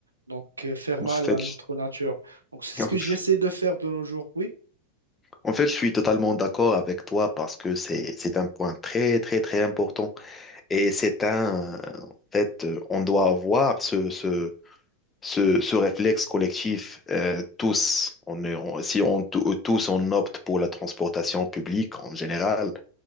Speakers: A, on the right; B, on the left.
A: donc, euh, faire mal
B: En fait,
A: à notre nature. Donc c'est
B: <laughs>
A: ce que j'essaie de faire de nos jours. Oui,
B: en fait, je suis totalement d'accord avec toi parce que c'est c'est un point très très très important et c'est un en fait euh, on doit avoir ce ce ce, ce réflexe collectif euh, tous. On est on- si on tous on opte pour la transportation publique en général